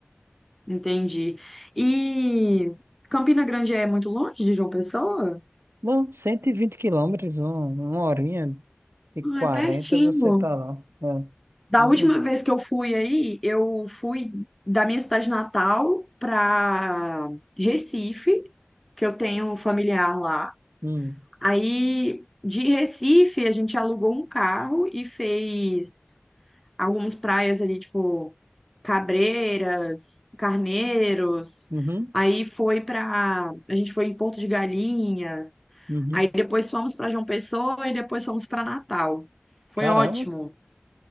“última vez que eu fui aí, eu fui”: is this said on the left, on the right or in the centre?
Centre